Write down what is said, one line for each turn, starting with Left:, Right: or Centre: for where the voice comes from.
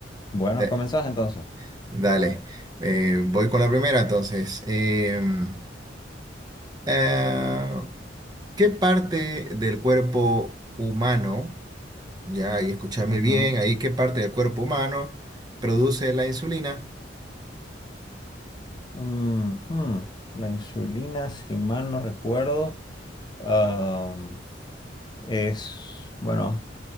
Left: Bueno,
Right: Eh,
Left: comenzás entonces.
Right: Dale, eh, voy con la primera entonces. Em, eh, ¿qué parte del cuerpo humano, ya y escúchame
Left: Ujú.
Right: bien, ahí qué parte del cuerpo humano produce la insulina?
Left: Ujú. La insulina, si mal no recuerdo, am, es, bueno,